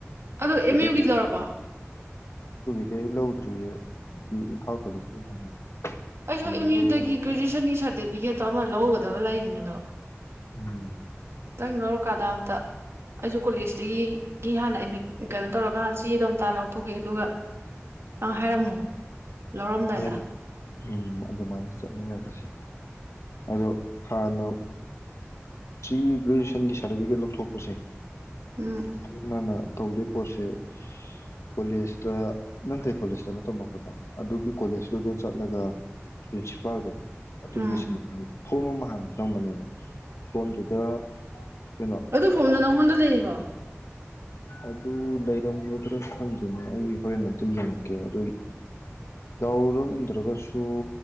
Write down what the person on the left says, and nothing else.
ꯁꯤꯗꯒꯤ
ꯗꯤ ꯑꯩ ꯂꯧꯗ꯭ꯔꯤꯌꯦ ꯗꯤ ꯏꯝꯐꯥꯜ ꯀꯣꯂꯦꯖꯀꯤ ꯍꯥꯟꯅ꯫
ꯁꯥꯏꯟ
ꯂꯧꯔꯒ
ꯎꯝ
ꯍꯣꯏ ꯎꯝ ꯑꯗꯨꯃꯥꯏꯅ ꯆꯠꯃꯤꯟꯅꯔꯁꯦ ꯑꯗꯣ ꯍꯥꯟꯅ ꯁꯤꯒꯤ ꯒ꯭ꯔꯦꯖꯨꯑꯦꯁꯟꯒꯤ ꯁꯥꯔꯇꯤꯐꯤꯀꯦꯠ ꯂꯧꯊꯣꯛꯄꯁꯦ꯫
ꯍꯥꯏꯅꯅ꯫ ꯇꯧꯗꯦ ꯄꯣꯠꯁꯦ ꯀꯣꯂꯦꯖꯇ ꯅꯪ ꯀꯩ ꯀꯣꯂꯦꯖꯇꯅ ꯇꯝꯃꯛꯄꯗꯣ ꯑꯗꯨꯒꯤ꯫ ꯀꯣꯂꯦꯖꯇꯨꯗ ꯆꯠꯂꯒ ꯄ꯭ꯔꯤꯟꯁꯤꯄꯥꯜꯗꯣ꯫ ꯑꯗꯨꯒꯤ
ꯗꯨ ꯐꯣꯝ ꯑꯃ ꯍꯥꯟꯅ ꯆꯪꯕꯅꯦꯕ꯫ ꯐꯣꯝꯗꯨꯗ ꯀꯩꯅꯣ
ꯑꯗꯨ ꯂꯩꯔꯝꯒꯗ꯭ꯔꯥ ꯈꯪꯗꯦꯅꯦ ꯑꯩ ꯍꯣꯔꯦꯟ ꯑꯝꯇ ꯌꯦꯡꯉꯛꯀꯦ ꯑꯗꯨꯒꯤ ꯌꯥꯎꯔꯝꯗ꯭ꯔꯒꯁꯨ